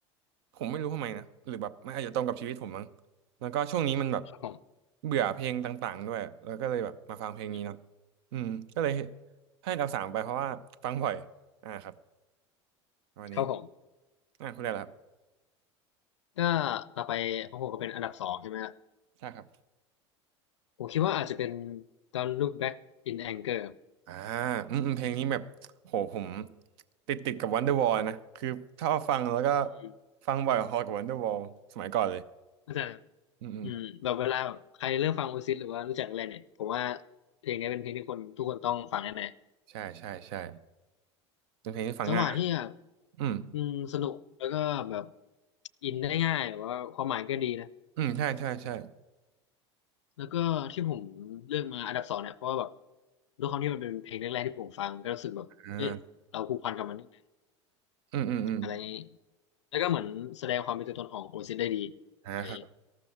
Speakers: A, on the right (about 60°); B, on the left (about 75°).
A: ผมไม่รู้ทำไมนะหรือแบบมันอาจจะตรงกับชีวิตผมมั้งแล้วก็ช่วงนี้มันแบบ
B: ครับผม
A: เบื่อเพลงต่างๆด้วยแล้วก็เลยแบบมาฟังเพลงนี้เนาะ
B: อืม
A: อืมก็เลยให้อันดับสามไปเพราะว่าฟังบ่อยอ่าครับวันนี้
B: ครับผม
A: อ่าคุณได้แล้วครับ
B: ก็ต่อไปของผมก็เป็นอันดับสองใช่ไหมฮะ
A: ใช่ครับ
B: ผมคิดว่าอาจจะเป็น Don't Look Back in Anger ครับ
A: อ่าอืมอืมเพลงนี้แบบโหผมติดติดกับ Wonderwall นะคือชอบฟังแล้วก็
B: อืม
A: ฟังบ่อยพอกับ Wonderwall สมัยก่อนเลย
B: เข้าใจ
A: อืมอืม
B: อืมแบบเวลาแบบใครเริ่มฟังโอซิสหรือว่ารู้จักอะไรเนี่ยผมว่าเพลงนี้เป็นเพลงที่คนทุกคนต้องฟังแน่
A: ใช่ใช่ใช่เป็นเพลงที่ฟังง่าย
B: ๆจังหวะที่แบบ
A: อืม
B: อืมสนุกแล้วก็แบบอินได้ง่ายแบบว่าความหมายก็ดีนะ
A: อืมใช่ใช่ใช่
B: แล้วก็ที่ผมเลือกมาอันดับสองเนี่ยเพราะว่าแบบด้วยความที่มันเป็นเพลงแรกๆที่ผมฟังก็รู้สึกแบบเอ๊ะเราผูกพันกับมันนิดนึง
A: อ่าอืมอืมอืม
B: อะไรอย่างงี้แล้วก็เหมือนแสดงความเป็นตัวตนของโอซิสได้ดี
A: อ่าครับ
B: อะไรอย่างงี้